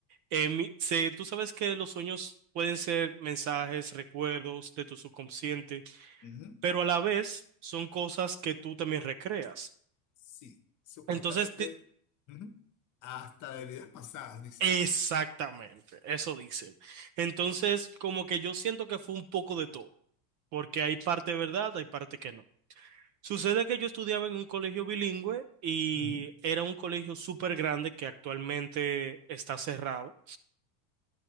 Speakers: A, on the right (about 40°); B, on the left (about 40°).
A: en mi- se- tú sabes que los sueños pueden ser mensajes, recuerdos de tu subconsciente,
B: ujú,
A: pero a la vez son cosas que tú también recreas.
B: Sí, supuestamente
A: Entonces, te-
B: ujú, hasta de vidas pasadas, dice.
A: exactamente, eso dicen. Entonces, como que yo siento que fue un poco de todo, porque hay parte verdad, hay parte que no. Sucede que yo estudiaba en un colegio bilingüe y
B: Ujú,
A: era un colegio súper grande que actualmente está cerrado.